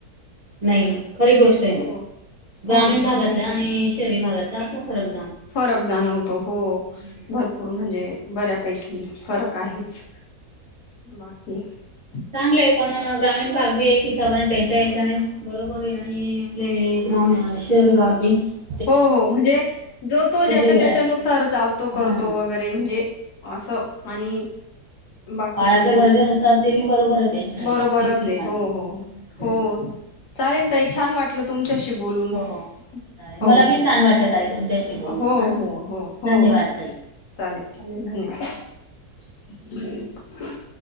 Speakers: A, on the right (about 30°); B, on the left (about 85°).
A: नाही. खरी गोष्ट आहे न.
B: हो हो
A: ग्रामीण
B: ना हो
A: भागातला
B: ना
A: आणि शहरी भागातला असा फरक -
B: फरक जाणवतो. हो,
A: हम्म
B: भरपूर म्हणजे बऱ्यापैकी, फरक. काहीच
A: तेच
B: बाकी -
A: चांगलंय, पण ग्रामीण भाग बी एक हिसाबाने, त्यांच्या हिच्याने - बरोबर आहे, आणि आपले ग्राम, शहर भाग बी -
B: हो. हो, म्हणजे जो-तो ज्याच्या-त्याच्यानुसार
A: वेळात येतो.
B: चालतो, करतो
A: हा
B: वगैरे म्हणजे - असं. आणि... बाकी
A: काळाच्या
B: काय? मंग
A: गरजेनुसार ते बी बरोबर आहे त्यांच
B: बरोबरच
A: ठिकठिकाणी.
B: हे. हो,
A: हम्म.
B: हो, हो. चालेल. ताई, छान! वाटलं तुमच्याशी बोलून.
A: हो चालेल
B: हो
A: मला बी
B: हो,
A: छान वाटलं
B: हो.
A: ताई तुमच्याशी बोलून
B: हो
A: हा
B: हो हो. हो,
A: धन्यवाद
B: चालेल.
A: ताई.
B: चालेल चालेल. धन्यवाद